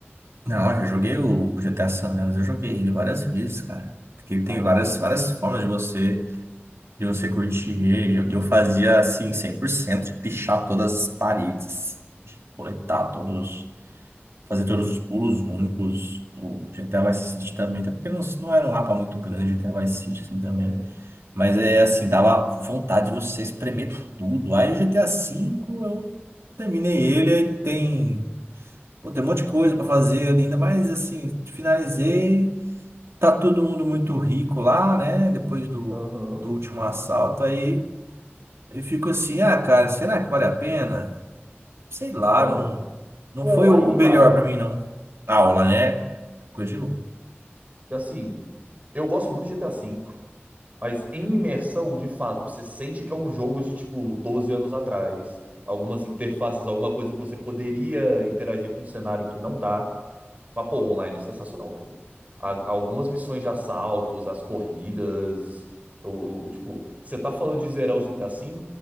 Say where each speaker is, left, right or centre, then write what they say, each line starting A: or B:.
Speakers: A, on the right (about 80°); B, on the right (about 35°).
A: Não, eu já joguei o o GTA San Andreas, eu joguei ele várias vezes, cara. Porque ele tem
B: Ah, então
A: várias,
B: ah, não.
A: várias formas de você, de você curtir ele. Eu, eu fazia assim, 100% de pichar todas as paredes, de coletar todos, fazer todos os pulos únicos. O GTA Vice City também, até porque não, não era um mapa muito grande, o GTA Vice City assim também.
B: É.
A: Mas é assim, dava vontade de você espremer tudo. Aí o GTA V eu terminei ele, aí tem. Pô, tem um monte de coisa para fazer ainda, mas assim, finalizei. Tá todo mundo muito rico lá, né? Depois do,
B: Aham.
A: do último assalto, aí eu fico assim, ah, cara, será que vale a pena? Sei lá,
B: Mano,
A: não, não
B: o
A: foi
B: online
A: o o melhor
B: vale.
A: para mim, não. Aula, né? Coisa de louco.
B: Porque, Assim, eu gosto muito de GTA V. Mas em imersão, de fato, você sente que é um jogo de tipo 12 anos atrás. Algumas interfaces, alguma coisa que você poderia interagir com um cenário que não dá. Mas, pô, o online é sensacional, cara. A- algumas missões de assaltos, as corridas. Eu, eu- tipo, você tá falando de zerar o GTA V?